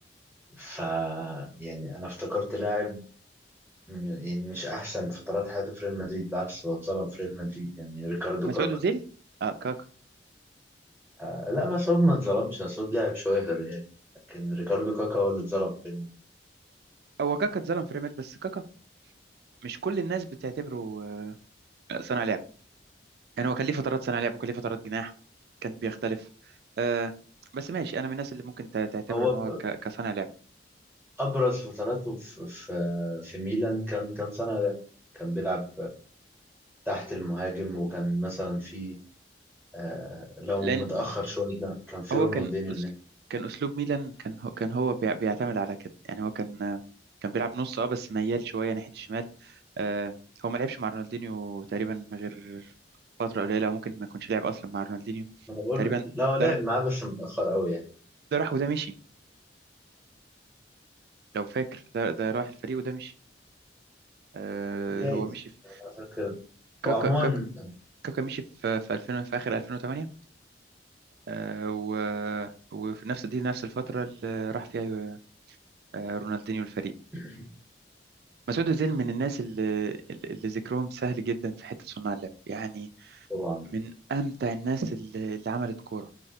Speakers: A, in the centre; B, on the right.
A: ف يعني انا افتكرت لاعب م- يعني مش احسن فترات حياته في ريال مدريد بالعكس هو اتظلم في ريال مدريد يعني ريكاردو
B: مسعود
A: كاكا
B: أوزيل اه كاكا
A: آه، لا مسعود ما اتظلمش مسعود لاعب شوية يعني لكن ريكاردو كاكا هو اللي اتظلم في ريال مدريد.
B: هو كاكا اتظلم في ريال مدريد بس كاكا مش كل الناس بتعتبره آه صانع لعب يعني هو كان ليه فترات صانع لعب وكان ليه فترات جناح كان بيختلف آه بس ماشي انا من الناس اللي ممكن تع- تعتبره
A: هو
B: ان هو
A: ب-
B: ك- كصانع لعب
A: ابرز فتراته في في في ميلان كان كان سنة ده كان بيلعب تحت المهاجم وكان مثلا في آه، لو
B: لان
A: متأخر شوية كان كان في
B: هو
A: رونالدينيو
B: كان أس-
A: الناحية.
B: كان اسلوب ميلان كان هو كان هو بيع- بيعتمد على كده يعني هو كان كان بيلعب نص اه بس ميال شويه ناحيه الشمال آه هو ما لعبش مع رونالدينيو تقريبا غير فتره قليله ممكن ما يكونش لعب اصلا مع رونالدينيو
A: انا بقول
B: تقريبا
A: لو لعب
B: ده راح
A: معاه بس متأخر قوي يعني
B: ده راح وده مشي لو فاكر ده ده راح الفريق وده مشي آه
A: جايز
B: هو مشي في
A: انا فاكر
B: كاكا
A: هو عموما
B: كاكا كاكا مشي في في 2000 في اخر 2008 آه و وفي نفس دي نفس الفتره اللي راح فيها آه رونالدينيو الفريق
A: <clears throat>
B: مسعود أوزيل من الناس اللي, اللي ذكرهم سهل جدا في حتة صناع اللعب يعني
A: طبعا
B: من أمتع الناس اللي, اللي عملت كورة